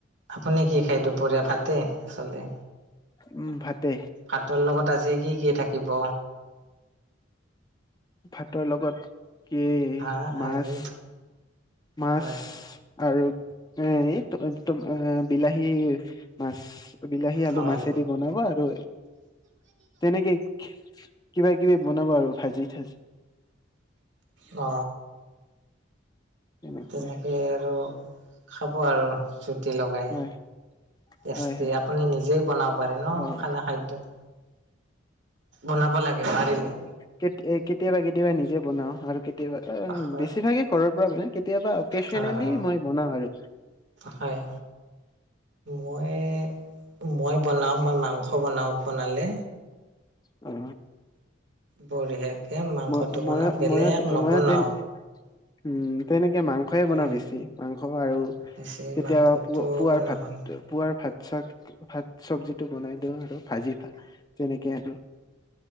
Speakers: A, on the right; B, on the left.
A: আপুনি কি খায় দুপৰীয়া ভাতে চলে
B: উম ভাতে
A: ভাতৰ লগত আজি কি কি থাকিব
B: ভাতৰ লগত কি
A: হা
B: মাছ
A: আজি
B: মাছ
A: হয়
B: আৰু এ তম তম বিলাহী মাছ বিলাহী আলু
A: হয়
B: মাছেদি বনাব আৰু তেনেকে কিবা কিবি বনাব আৰু ভাজি থাজি
A: অ
B: তেনেকুৱা
A: তেনেকে আৰু খাব আৰু জুতি লগাই
B: হয়
A: টেষ্টি
B: হয় হয়
A: আপুনি নিজেই বনাব পাৰে ন
B: অ
A: খানা খাদ্য বনাব লাগে পাৰিলে
B: কে কেতিয়াবা কেতিয়াবা নিজে বনাও আৰু কেতিয়াবা অ
A: হয়
B: বেছিভাগে ঘৰৰ পৰা বনাই কেতিয়াবা অকেচনেলি
A: হয় হয়
B: মই বনাওঁ আৰু
A: হয় মই মই বনাওঁ মই মাংস বনাওঁ বনালে
B: অ
A: বঢ়িয়াকে মাংসটো
B: মই
A: বনাম
B: মই
A: বেলেগ
B: মই
A: নবনাও
B: মই তেনে উম তেনেকে মাংস এ বনাওঁ
A: হয়
B: বেছি মাংস আৰু
A: বেছি
B: কেতিয়াবা
A: মাংসটো
B: পুত পুৱাৰ
A: বনোৱা
B: ভাত
A: হয়
B: পুৱাৰ ভাত চাত ভাত চবজিটো বনাই দিওঁ আৰু ভাজি ভা তেনেকে আৰু